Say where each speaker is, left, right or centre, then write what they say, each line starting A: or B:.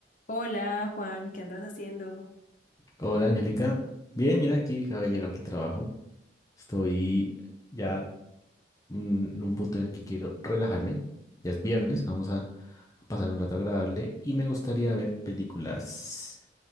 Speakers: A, on the left (about 45°); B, on the left (about 20°).
A: Hola Juan, ¿qué andas haciendo?
B: Hola Angélica. Bien, mira, aquí acabo de llegar del trabajo. Estoy ya mm, en un punto en el que quiero relajarme. Ya es viernes, vamos a, a pasar un rato agradable y me gustaría ver películas.